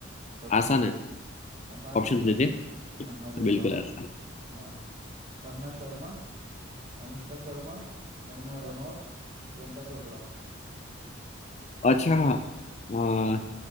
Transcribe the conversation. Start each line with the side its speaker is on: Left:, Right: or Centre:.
Right: प्रथम
Left: आसान
Right: रोल
Left: है
Right: आसान है
Left: ऑप्शन
Right: ना
Left: दे दे
Right: हाँ मैं देता
Left: बिल्कुल
Right: हूँ
Left: आसान
Right: हाँ कंगना शर्मा अनुष्का शर्मा कंगना रनौत प्रियंका चोपड़ा
Left: अच्छा आ,